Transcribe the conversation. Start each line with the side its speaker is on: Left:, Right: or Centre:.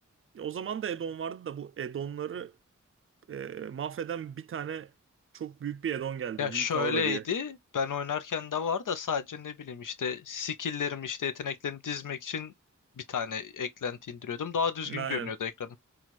Right: Ya O zaman da add-on vardı da bu add-onları e, mahveden bir tane çok büyük bir add-on geldi.
Left: Ya şöyleydi.
Right: v diye.
Left: Ben oynarken de var da sadece ne bileyim işte skill'lerimi işte yeteneklerimi dizmek için bir tane eklenti indiriyordum. Daha düzgün
Right: Aynen.
Left: görünüyordu ekranım.